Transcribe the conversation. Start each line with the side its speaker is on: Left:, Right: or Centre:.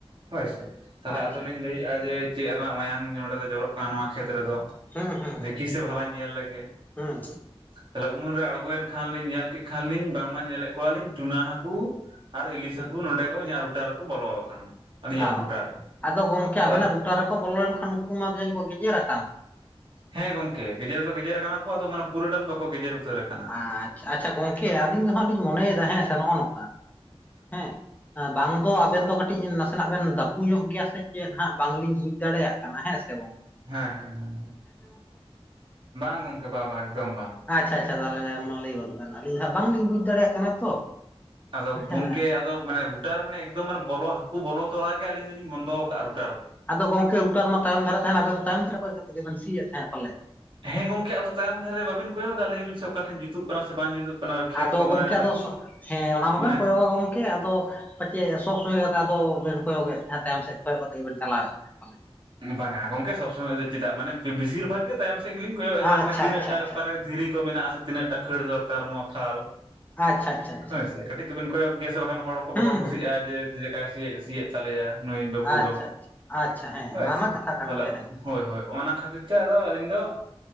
Right: ᱦᱳᱭᱥᱮ ᱛᱟᱞᱦᱮ
Left: ᱟᱪᱪᱷᱟ
Right: ᱟᱫᱚᱞᱤᱧ ᱞᱟᱹᱭᱮᱜᱼᱟ ᱡᱮ ᱪᱮᱫ ᱨᱮᱱᱟᱜ ᱢᱟᱭᱟᱝ ᱱᱚᱰᱮ ᱫᱚ ᱡᱚᱨᱚᱜ ᱠᱟᱱᱟ ᱱᱚᱣᱟ ᱠᱷᱮᱛ ᱨᱮᱫᱚ,
Left: ᱦᱩᱸ ᱦᱩᱸ
Right: ᱫᱤᱠᱤᱥᱮ ᱵᱷᱟᱞᱟᱧ ᱧᱮᱞ ᱞᱮᱜᱮ
Left: ᱦᱩᱸ
Right: ᱛᱟᱦᱚᱞᱮ ᱩᱱᱢᱨᱮ ᱟᱬᱜᱚᱭᱮᱱ ᱠᱷᱟᱱᱞᱤᱧ ᱧᱮᱞ ᱠᱮᱫ ᱠᱷᱟᱱᱞᱤᱧ ᱵᱟᱝᱢᱟ ᱧᱮᱞᱮᱫ ᱠᱚᱣᱟᱞᱤᱧ ᱴᱩᱱᱟᱹ ᱦᱟᱹᱠᱩ ᱟᱨ ᱤᱞᱤᱥ
Left: ᱦᱩᱸ
Right: ᱦᱟᱹᱠᱩ ᱱᱚᱸᱰᱮ ᱠᱚ ᱤᱧᱟᱹᱜ ᱨᱩᱴᱟᱨ ᱠᱚ ᱵᱚᱞᱚ ᱟᱠᱟᱱᱟ᱾ ᱟᱹᱞᱤᱧᱟᱜ
Left: ᱚ
Right: ᱨᱩᱴᱟᱨ
Left: ᱟᱫᱚ ᱜᱚᱢᱠᱮ ᱟᱵᱮᱱᱟᱜ
Right: ᱨᱮ
Left: ᱨᱩᱴᱟ ᱨᱮᱠᱚ ᱵᱚᱞᱚ ᱞᱮᱱ ᱠᱷᱟᱱ ᱩᱱᱠᱩ ᱢᱟ ᱡᱟᱹᱱᱤᱡ ᱠᱚ ᱜᱮᱡᱮᱨ ᱟᱠᱟᱱ?
Right: ᱦᱮᱸ ᱜᱚᱢᱠᱮ ᱜᱮᱡᱮᱨ ᱫᱚ ᱜᱮᱡᱮᱨ ᱠᱟᱱᱟ ᱠᱚ ᱟᱫᱚ ᱢᱟᱱᱮ ᱯᱩᱨᱟᱹᱴᱟ ᱫᱚ ᱵᱟᱠᱚ ᱜᱮᱡᱮᱨ ᱩᱛᱟᱹᱨ ᱟᱠᱟᱱᱟ
Left: ᱟᱪᱪᱷᱟ ᱟᱪᱪᱷᱟ ᱜᱚᱢᱠᱮ ᱟᱹᱞᱤᱧ ᱫᱚ ᱦᱟᱸᱜ ᱞᱤᱧ ᱢᱚᱱᱮᱭᱮᱫᱟ ᱦᱮᱸ ᱱᱚᱜᱼᱚ ᱱᱚᱝᱠᱟ ᱦᱮᱸ ᱵᱟᱝ ᱫᱚ ᱟᱵᱮᱱ ᱫᱚ ᱠᱟᱹᱴᱤᱡ ᱱᱟᱥᱮᱱᱟᱜ ᱵᱮᱱ ᱫᱟᱯᱩ ᱧᱚᱜ ᱜᱮᱭᱟ ᱥᱮ ᱪᱮᱫ ᱦᱟᱸᱜ ᱵᱟᱝᱞᱤᱧ ᱵᱩᱡ ᱫᱟᱲᱮᱭᱟᱜ ᱠᱟᱱᱟ ᱦᱮᱸ ᱥᱮ ᱜᱚᱢᱠᱮ,
Right: ᱦᱮᱸ ᱦᱮᱸ ᱦᱚᱸ ᱵᱟᱝ ᱜᱚᱢᱠᱮ ᱵᱟᱵᱟᱝ ᱮᱠᱫᱚᱢ ᱵᱟᱝ᱾
Left: ᱟᱪᱪᱷᱟ ᱟᱪᱪᱷᱟ ᱛᱟᱦᱚᱞᱮ ᱢᱟ ᱞᱟᱹᱭ ᱜᱚᱫ ᱵᱮᱱ ᱟᱹᱞᱤᱧ ᱱᱟᱜ ᱵᱟᱝᱞᱤᱧ ᱵᱩᱡᱽ ᱫᱟᱲᱮᱭᱟᱜ ᱠᱟᱱᱟ ᱛᱚ,
Right: ᱟᱫᱚ
Left: ᱦᱮᱸ
Right: ᱜᱚᱢᱠᱮ ᱟᱫᱚ ᱢᱟᱱᱮ ᱨᱩᱴᱟᱨ ᱢᱟᱱᱮ ᱮᱠᱫᱚᱢ ᱢᱟᱱᱮ ᱵᱚᱞᱚ ᱦᱠᱩ ᱵᱚᱞᱚ ᱛᱚᱨᱟᱜ ᱜᱮ ᱟᱞᱤᱧ ᱫᱚᱞᱤᱧ ᱵᱚᱱᱫᱚ ᱟᱠᱟᱫᱼᱟ᱾
Left: ᱟᱫᱚ ᱜᱚᱢᱠᱮ ᱨᱩᱴᱟᱨ ᱢᱟ ᱛᱟᱭᱚᱢ ᱫᱷᱟᱨᱮ ᱛᱟᱦᱮᱸᱱᱟ ᱟᱵᱮᱱ ᱫᱚ ᱛᱟᱭᱚᱢ ᱫᱷᱟᱨᱮ ᱠᱚᱭᱚᱜ ᱠᱟᱛᱮ ᱜᱮᱵᱱ ᱥᱤᱭᱮᱫ ᱛᱟᱦᱮᱸᱫᱼᱟ ᱯᱟᱞᱮ?
Right: ᱦᱮᱸ ᱜᱚᱢᱠᱮ ᱟᱫᱚ ᱛᱟᱭᱚᱢ ᱫᱷᱟᱨᱮ ᱵᱟᱵᱤᱱ ᱠᱚᱭᱚᱜᱟ ᱞᱟᱹᱭ ᱵᱤᱱ ᱥᱮ ᱚᱠᱟᱴᱷᱮᱱ ᱡᱩᱛᱩᱜ ᱠᱟᱱᱟ ᱥᱮ ᱵᱟᱝ ᱡᱩᱛᱩᱜ ᱠᱟᱱᱟ᱾ ᱠᱷᱮᱛ
Left: ᱟᱫᱚ
Right: ᱠᱚ
Left: ᱜᱚᱢᱠᱮ
Right: ᱢᱟᱱᱮ
Left: ᱟᱫᱚ ᱦᱮᱸ ᱚᱱᱟ ᱢᱟᱵᱮᱱ
Right: ᱢᱟᱱᱮ
Left: ᱠᱚᱭᱚᱜᱟ ᱜᱚᱢᱠᱮ, ᱟᱫᱚ ᱯᱟᱪᱮᱫ ᱥᱚᱵᱽ ᱥᱚᱢᱚᱭ ᱠᱟᱛᱮ ᱟᱫᱚᱵᱱ ᱠᱚᱭᱚᱜᱮᱫ ᱛᱟᱦᱮᱸᱫ ᱛᱟᱭᱚᱢ ᱥᱮᱫ ᱠᱚᱭᱚᱜ ᱠᱟᱛᱮ ᱜᱮᱵᱮᱱ ᱪᱟᱞᱟᱣᱮᱫ, ᱛᱟᱦᱮᱸᱫ ᱯᱟᱞᱮ
Right: ᱵᱟᱝᱟ ᱜᱚᱢᱠᱮ ᱥᱚᱵᱽ ᱥᱚᱢᱚᱭ ᱫᱚ ᱪᱮᱫᱟᱜ ᱢᱟᱱᱮ ᱵᱮᱥᱤᱨ ᱵᱷᱟᱜᱽ ᱜᱮ ᱛᱟᱭᱚᱢ ᱥᱮᱫ ᱜᱮᱞᱤᱧ ᱠᱚᱭᱚᱜ ᱮᱫᱟ
Left: ᱟᱪᱪᱷᱟ
Right: ᱢᱟᱱᱮ ᱛᱱᱟᱹᱜ
Left: ᱟᱪᱪᱷᱟ
Right: ᱴᱟ
Left: ᱟᱪᱪᱷᱟ
Right: ᱚᱠᱟᱨᱮ ᱫᱷᱤᱨᱤ ᱠᱚ ᱢᱮᱱᱟᱜ ᱟᱥᱮ ᱛᱤᱱᱟᱹᱜ ᱴᱟ ᱠᱷᱟᱹᱲ ᱫᱚᱨᱠᱟᱨ ᱱᱚᱣᱟ ᱯᱷᱟᱞ,
Left: ᱟᱪᱪᱷᱟ ᱟᱪᱪᱷᱟ ᱟᱪᱪᱷᱟ
Right: ᱦᱳᱭ ᱠᱟᱹᱴᱤᱡ ᱛᱚᱵᱤᱱ ᱠᱚᱭᱚᱜᱽ ᱜᱮᱭᱟ ᱥᱮ ᱵᱟᱠᱷᱟᱱ ᱦᱚᱲ ᱠᱚ
Left: ᱦᱩᱸ
Right: ᱵᱟᱠᱚ ᱠᱩᱥᱤᱜᱼᱟ
Left: ᱦᱩᱸ
Right: ᱡᱮ ᱡᱮ ᱪᱮᱠᱟᱭ ᱥᱤ ᱥᱤᱭᱮᱫ ᱛᱟᱞᱮᱭᱟ ᱱᱩᱭ ᱵᱟᱹᱵᱩ
Left: ᱟᱪᱪᱷᱟ
Right: ᱫᱚ᱾
Left: ᱟᱪᱪᱷᱟ ᱟᱪᱪᱷᱟ ᱦᱮᱸ ᱚᱱᱟ
Right: ᱟᱪᱪᱷᱟ
Left: ᱢᱟ ᱠᱟᱛᱷᱟ ᱠᱟᱱ
Right: ᱛᱟᱦᱚᱞᱮ
Left: ᱜᱮᱭᱟ ᱦᱮᱸ
Right: ᱦᱳᱭ ᱦᱳᱭ ᱚᱱᱟ ᱠᱷᱟᱹᱛᱤᱨ ᱛᱮ ᱟᱫᱚ ᱟᱹᱞᱤᱧ ᱫᱚ